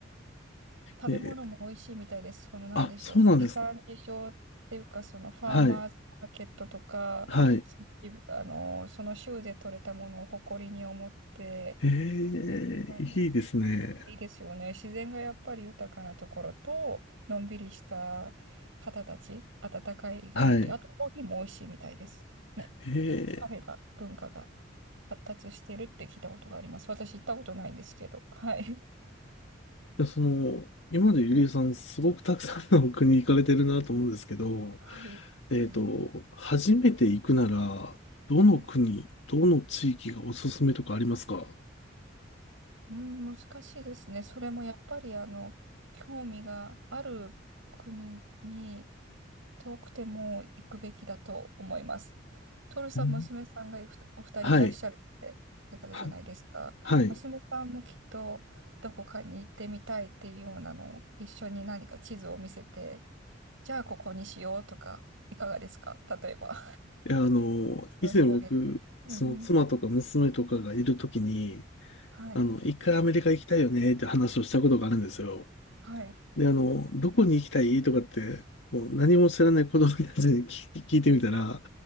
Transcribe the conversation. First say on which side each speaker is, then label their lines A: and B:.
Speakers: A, on the right (about 85°); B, on the left (about 65°).
A: 食べ物も美味しいみたいです。
B: えー、
A: その、なんでしょう、
B: あ、そうなんですか。
A: 地産地消っていうか、そのファーマーズマーケットとか、
B: はい。はい。
A: そあの、その州で採れたものを誇りに思って、
B: ええ、
A: あの、
B: いいですね。
A: いいですよね。自然がやっぱり豊かなところと、のんびりした方たち、温かい雰囲気、
B: はい。
A: あとコーヒーも美味しいみたいです。ね
B: え
A: カフェが、文化が発達してるって聞いたことがあります。私行ったことないんですけど。はい。
B: え、その、今までゆりえさん、
A: うん。
B: すごくたくさんの国行かれてるなと思うんですけど、
A: はい。
B: えっと、
A: いえ
B: 初めて行くなら、どの国、
A: うん、
B: どの地域がおすすめとかありますか
A: うん難しいですね。それもやっぱり、あの、興味がある国に遠くても行くべきだと思います。トルさん、
B: うん
A: 娘さんがお二人いらっしゃるって言ってたじゃないですか。
B: はい。ははい。
A: 娘さんもきっとどこかに行ってみたいっていうようなのを一緒に何か地図を見せてじゃあここにしようとか、いかがですか例えば。
B: いや、あの、
A: <laughs>
B: 以前僕、
A: を広げて。うんうん。
B: その妻とか娘とかがいるときに、
A: はい。
B: あの、一回アメリカ行きたいよねって話をしたことがあるんですよ。
A: はい。
B: で、あの、どこに行きたいとかって、もう何も知らない子供たちに聞 <laughs> 聞いてみたら、